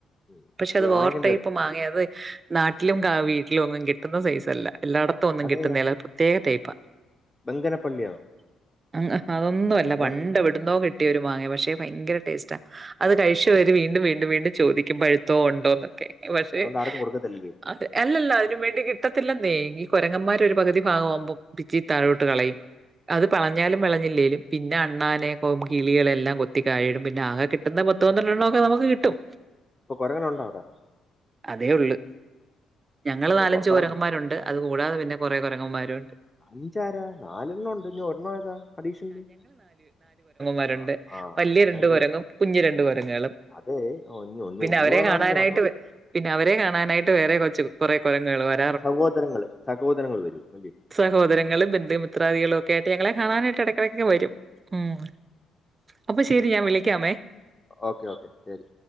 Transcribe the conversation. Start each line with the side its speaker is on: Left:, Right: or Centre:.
Left: ഉം.
Right: പക്ഷെ
Left: ബ-
Right: അത് വോർട്ടയ്മ്
Left: വാങ്ങിക്കേണ്ടി വരും
Right: മങ്ങയത് നാട്ടിലും
Left: ഉം.
Right: കാ വീട്ടിലുംന്നും കിട്ടുന്ന സൈസല്ല എല്ലാട തോന്നും
Left: അതേതാ
Right: കിട്ടുന്നേല്ല പ്രത്യേക ടൈപ്പ
Left: ബംഗനപ്പള്ളിയാണോ
Right: അ അതൊന്നും അല്ല
Left: അതോ
Right: പണ്ട്
Left: നീ
Right: എവ് ടുന്നോ കിട്ടിയ ഒരു മാങ്ങ പക്ഷെ ഭയങ്കര ട്ടേസ്റ്റാ അത് കഴിച്ചവര് വീണ്ടും വീണ്ടും വീണ്ടും ചോദിക്കും പഴുത്തോ ഉണ്ടോന്നൊക്കെ. എഹ് പക്ഷെ
Left: അതുകൊണ്ട് ആർക്കും കൊടുക്കത്തില്ലല്ലേ
Right: അതെ എല്ലല്ല അതിന് വേണ്ടി കിട്ടത്തില്ലെന്നേ ഈ കുരങ്ങന്മാര് ഒരു പകുതി ഭഗമാവുമ്പം പിച്ചി താഴോട്ട് കളയും അത് പളഞ്ഞാലും വളഞ്ഞില്ലേലും പിന്നെ അണ്ണാനെ
Left: ഇപ്പ
Right: കൊ കിളികളെല്ലാം കൊത്തിതാഴേയിടും പിന്നെ ആകെ കിട്ടുന്ന പത്തുപന്ത്രണ്ടെണോക്കെ നമുക്ക് കിട്ടും
Left: പ്പോ കൊരങനുണ്ടൊവിടെ
Right: അതേ ഉള്ള് ഞങ്ങള്
Left: ആ അപ്പൊ
Right: നാലഞ്ച
Left: പുറത്തിറങ്ങണ്ട
Right: കുരങ്ങന്മാരുണ്ട് അത് കൂടാതെ പിന്നെ കുറെ കുരങ്ങന്മാരുണ്ട്
Left: അഞ്ചാര നാലെണ്ണോണ്ട് ഞ ഒര്ണ്ണോ ഏതാ അഡീഷണല്
Right: വരണ്ട്
Left: ആ ആ
Right: വല്യ
Left: അതാ
Right: രണ്ട്
Left: ഞാൻ ചോദി
Right: ഒരങ്ങും കുഞ്ഞി രണ്ട് കുരങ്ങുകളും
Left: അതെ ഒ ഒന്ന്
Right: പിന്നെ
Left: ഒന്നൂട
Right: അവരെ കാണാനായിട്ട്
Left: <unintelligible> വന്നോ
Right: വേ- പിന്നെ അവരെ കാണാനായിട്ട് വേറെ കൊച്ച് കുറെ കുരങ്ങുകൾമാര്
Left: സവോദരങ്ങള് സഹോദരങ്ങള് വരും അല്ലേ
Right: സഹോദരങ്ങളും ബന്ധും മിത്രാദികളൊക്കെ ആയിട് ഞങ്ങളെ കാണാനായിട്ട്
Left: ഉം
Right: ഇടക്കിടക്കെ വരും ഉം അപ്പൊ ശരി ഞാൻ വിളിക്കാമേ
Left: ഓക്കെ ഓക്കെ ശരി